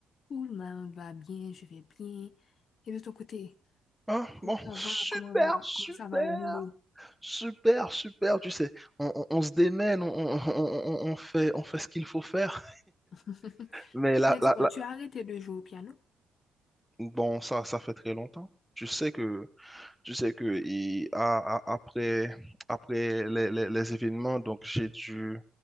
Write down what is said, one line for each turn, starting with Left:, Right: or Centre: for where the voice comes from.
Left: Tout le monde va bien, je vais bien. Et de ton côté,
Centre: Ah
Left: comment
Centre: Bon,
Left: ça
Centre: super,
Left: va? Comment va?
Centre: super.
Left: Comment ça va au boulot?
Centre: Super, super, tu sais, on, on- on se démène, on, on- on- on- on fait, on fait ce qu'il faut faire.
Left: <laughs>
Centre: Mais là,
Left: Mais dis-moi,
Centre: là, là-
Left: tu as arrêté de jouer au piano?
Centre: bon, ça, ça fait très longtemps. Tu sais que, tu sais que il- a- a- après, après les, les- les événements, donc j'ai dû,